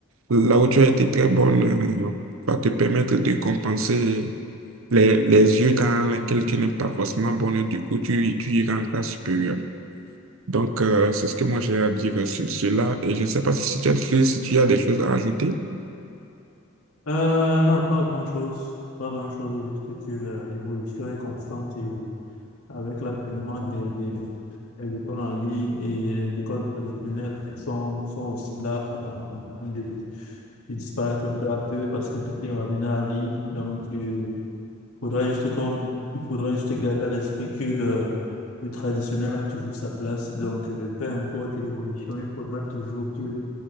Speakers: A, on the right; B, on the left.
A: là où tu as été très bonne, euh, va te permettre de compenser les, les yeux dans lesquels tu n'es pas forcément bonne. Du coup, tu, tu iras en classe supérieure. Donc, euh, c'est ce que moi j'ai à dire sur cela. Et je ne sais pas si si tu as, des choses- si tu as des choses à ajouter.
B: Euh, non, pas grand-chose. Pas grand-chose, juste que euh, l'évolution est constante et avec l'avènement des, des- les écoles en ligne et les écoles traditionnelles sont, sont aussi là en en train de, de disparaître peu à peu parce que tout est ramené en ligne. Donc, il faudra juste qu'on, il faudra juste garder à l'esprit que euh, le traditionnel a toujours sa place. Donc, euh, peu importe l'évolution, il faudra toujours qu'il